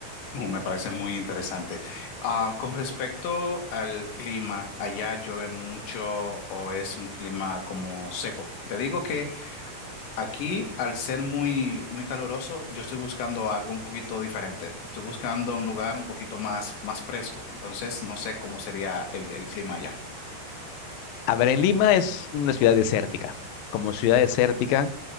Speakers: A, on the left; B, on the left.
A: Uh, Me parece muy interesante. Ah, con respecto al clima, ¿allá llueve mucho o es un clima como seco? Te digo que aquí, al ser muy, muy caluroso, yo estoy buscando algo un poquito diferente. Estoy buscando un lugar un poquito más, más fresco. Entonces, no sé cómo sería el, el clima allá.
B: A ver, en Lima es una ciudad desértica. Como ciudad desértica,